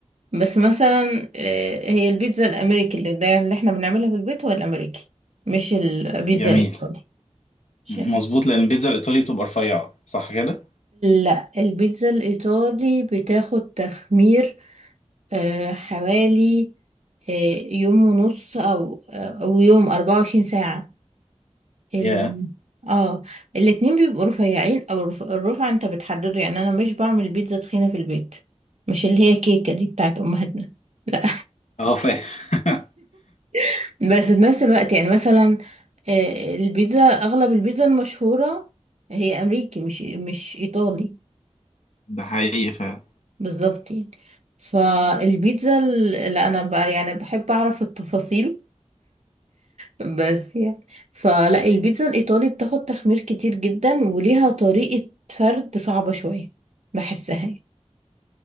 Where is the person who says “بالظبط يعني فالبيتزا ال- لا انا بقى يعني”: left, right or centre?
Right